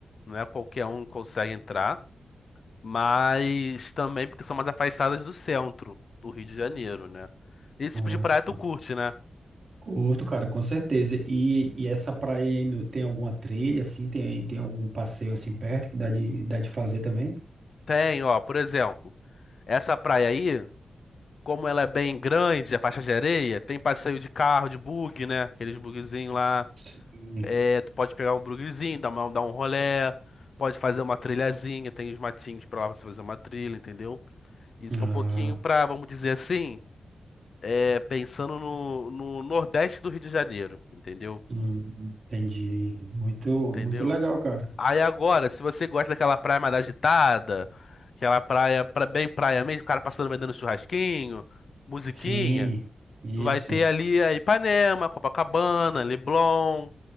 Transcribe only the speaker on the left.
Não é qualquer um que consegue entrar, mas também porque são mais afastadas do centro do Rio de Janeiro, né? Esse
tipo de praia
tu curte, né?
Tem, ó, por exemplo, essa praia aí, como ela é bem grande, a faixa de areia, tem passeio de carro, de bug, né? Aqueles bugzinhos lá.
É, tu pode pegar um bugzinho, dar uma, dar um rolê, pode fazer uma trilhazinha, tem os matinhos pra lá pra você fazer uma trilha, entendeu? Isso
é um pouquinho pra, vamos dizer assim, é, pensando no, no Nordeste do Rio de Janeiro, entendeu?
Entendeu?
Aí agora, se você gosta daquela praia mais agitada, aquela praia pra, bem praia mesmo, o cara passando vendendo churrasquinho, musiquinha,
tu vai ter ali a Ipanema, Copacabana, Leblon,